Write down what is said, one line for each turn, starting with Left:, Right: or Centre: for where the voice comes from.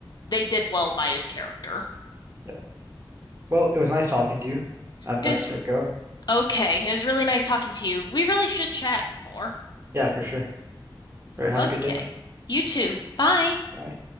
Left: they did well by his character.
Right: yeah. Well, it was nice talking to you. I've got
Left: It was
Right: to go.
Left: okay. It was really nice talking to you. We really should chat more.
Right: Yeah, for sure. All right, have
Left: Okay.
Right: a good day.
Left: You too. Bye.
Right: Bye.